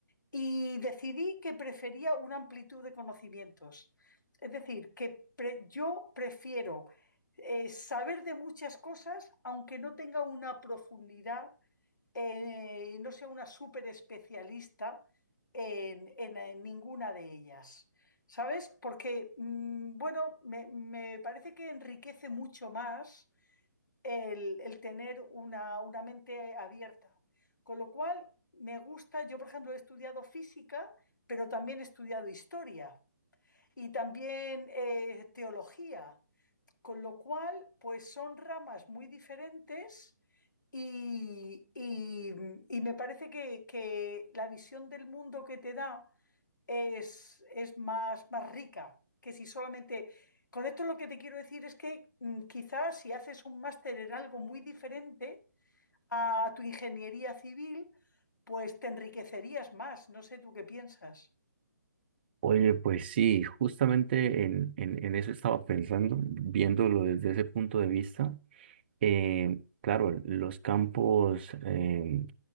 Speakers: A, on the left; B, on the right.
A: y decidí que prefería una amplitud de conocimientos. Es decir, que pre- yo prefiero eh, saber de muchas cosas, aunque no tenga una profundidad, eh, no sea una súper especialista en, en- en ninguna de ellas. ¿Sabes? Porque, mm, bueno, me, me parece que enriquece mucho más el, el tener una, una mente abierta. Con lo cual, me gusta, yo por ejemplo he estudiado física, pero también he estudiado historia y también eh, teología, con lo cual, pues son ramas muy diferentes. Y, y- y me parece que, que la visión del mundo que te da es, es más, más rica que si solamente... Con esto lo que te quiero decir es que mm, quizás si haces un máster en algo muy diferente a tu ingeniería civil, pues te enriquecerías más. No sé tú qué piensas.
B: Oye, pues sí, justamente en, en, en eso estaba pensando, viéndolo desde ese punto de vista. Eh, claro, los campos em,